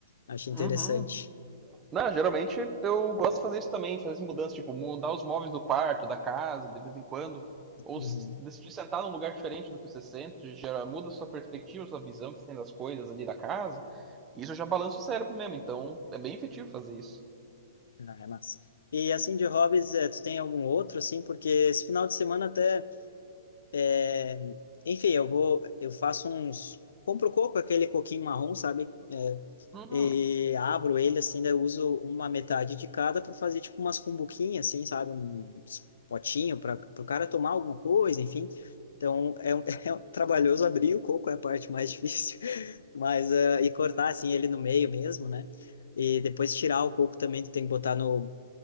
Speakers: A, on the left; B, on the right.
A: Acho interessante.
B: Uhum. Não, geralmente eu gosto de fazer isso também, fazer mudanças tipo, mudar os móveis do quarto, da casa, de vez em quando. Ou
A: Uhum.
B: s- decidir sentar num lugar diferente do que você sente, gera, muda a sua perspectiva, sua visão que você tem das coisas ali da casa. E Isso já balança o cérebro mesmo, então é bem efetivo fazer isso.
A: Ah, é massa. E assim, de hobbies, eh, tu tem algum outro, assim? Porque esse final de semana até, eh, enfim, eu vou, eu faço uns, compro coco, aquele coquinho marrom, sabe? Eh,
B: Uhum.
A: e abro ele, assim, daí eu uso uma metade de cada para fazer, tipo, umas cumbuquinhas, assim, sabe? Uns potinho para o cara tomar alguma coisa, enfim. Então, é, um, <laughs> é um trabalhoso abrir o coco, é a parte mais difícil, <laughs> mas, eh, e cortar, assim, ele no meio mesmo, né? E depois tirar o coco também, tu tem que botar no